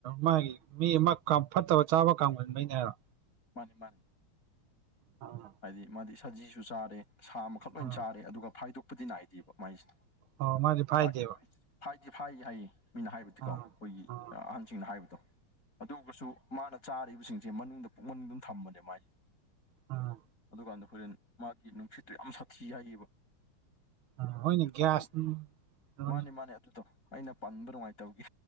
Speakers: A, on the right; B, on the left.
A: ꯃꯥꯒꯤ ꯃꯤ ꯑꯃ ꯐꯠꯇꯕ ꯆꯥꯕ ꯀꯥꯡꯕꯨꯉꯩꯅꯦ ꯍꯥꯏꯕꯣ
B: ꯃꯥꯅꯤ ꯃꯥꯅꯤ
A: ꯑ
B: ꯍꯥꯏꯗꯤ ꯃꯥꯗꯤ ꯁꯖꯤꯁꯨ ꯆꯥꯔꯦ ꯁꯥ ꯃꯈꯈꯛ ꯂꯣꯏ
A: ꯎꯝ
B: ꯆꯥꯔꯦ ꯑꯗꯨꯒ ꯐꯥꯏꯗꯣꯛꯄꯗꯤ ꯅꯥꯏꯗꯦꯕ ꯃꯥꯏꯁꯦ
A: ꯑꯣ ꯃꯥꯗꯤ ꯐꯥꯏꯗꯦꯕ
B: ꯐ ꯐꯥꯏꯗꯤ ꯐꯥꯏ ꯍꯥꯏꯌꯦ ꯃꯤꯅ ꯍꯥꯏꯕꯗꯤꯀꯣ
A: ꯎꯝ
B: ꯑꯩꯈꯣꯏꯒꯤ
A: ꯎꯝ
B: ꯑꯍꯟꯁꯤꯡꯅ ꯍꯥꯏꯕꯗꯣ ꯑꯗꯨꯒꯁꯨ ꯃꯥꯅ ꯆꯥꯔꯤꯕꯁꯤꯡꯁꯦ ꯃꯅꯨꯡꯗ ꯄꯨꯛ ꯃꯅꯨꯡꯗ ꯑꯗꯨꯝ ꯊꯝꯕꯅꯦ ꯃꯥꯏꯁꯦ
A: ꯑꯥ
B: ꯑꯗꯨꯀꯥꯟꯗ ꯍꯣꯔꯦꯟ ꯃꯥꯒꯤ ꯅꯨꯡꯁꯤꯠꯇꯨ ꯌꯥꯝ ꯁꯥꯊꯤ ꯍꯥꯏꯌꯦꯕ
A: ꯎꯝ ꯍꯣꯏꯅꯦ ꯒ꯭ꯌꯥꯁ
B: ꯑꯗꯨ
A: ꯎꯝ ꯍꯣꯏ
B: ꯃꯥꯅꯦ ꯃꯥꯅꯦ ꯑꯗꯨꯗ ꯑꯩꯅ ꯄꯟꯕ ꯅꯨꯡꯉꯥꯏꯇꯕꯒꯤ